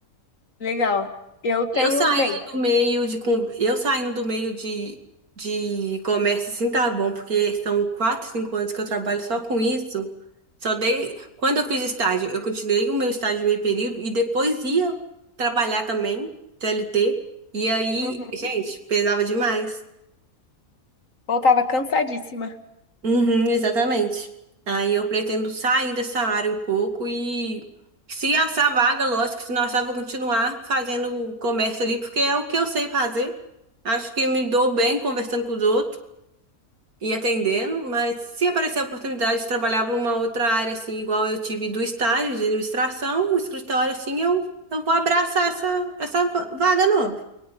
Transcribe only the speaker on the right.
Eu saindo
do meio de con- eu saindo do meio de, de comércio assim tá bom, porque são quatro, cinco anos que eu trabalho só com isso. Só dei quando eu fiz estágio, eu continuei o meu estágio de meio período e depois ia trabalhar também, CLT. E aí,
gente, pesava demais.
Uhum, exatamente. Aí eu pretendo sair dessa área um pouco e se achar vaga, lógico, se não achar, vou continuar fazendo comércio ali, porque é o que eu sei fazer. Acho que me dou bem conversando com os outros e atendendo, mas se aparecer a oportunidade de trabalhar para uma outra área, assim, igual eu tive do estágio de administração, o escritório, assim, eu, eu vou abraçar essa, essa va- vaga nova.